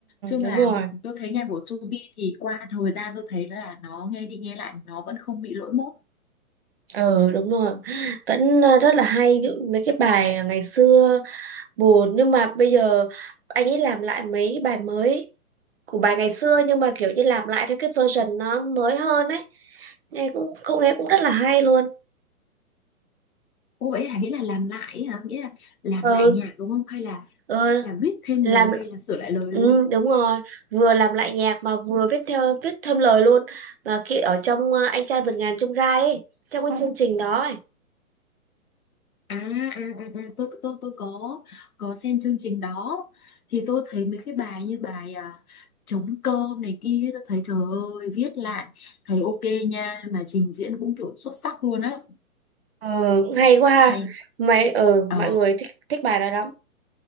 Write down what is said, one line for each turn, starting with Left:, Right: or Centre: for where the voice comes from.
Left: chung
Right: đúng
Left: là
Right: rồi
Left: tôi thấy nhạc của Subi Thì qua thời gian tôi thấy là Nó nghe đi nghe lại nó vẫn không bị lỗi mốt
Right: ừ đúng rồi vẫn à, rất là hay ví dụ mấy cái bài ngày xưa buồn nhưng mà bây giờ anh ấy làm lại mấy bài mới của bài ngày xưa nhưng mà kiểu như làm lại theo cái version nó mới hơn ấy nghe cũng cũng nghe cũng rất là hay luôn
Left: Ồ vậy hả nghĩa là làm lại ấy hả Nghĩa là làm
Right: ừ
Left: lại nhạc đúng không Hay là,
Right: ừ
Left: là viết thêm
Right: làm
Left: lời hay là sửa lại lời
Right: ừ,
Left: luôn
Right: đúng rồi vừa làm lại nhạc mà vừa viết theo viết thêm lời luôn và khi ở trong ờ, anh trai vượt ngàn chông gai ấy trong cái chương trình đó ấy
Left: À, à, à, à tôi tôi tôi có có xem chương trình đó thì tôi thấy mấy cái bài như bài à, trống cơm này kia tôi thấy trời ơi viết lại thấy ok nha mà trình diễn cũng kiểu xuất sắc luôn á
Right: ừ cũng hay quá ha
Left: hay
Right: mấy ừ
Left: ờ
Right: mọi người thích thích bài đó lắm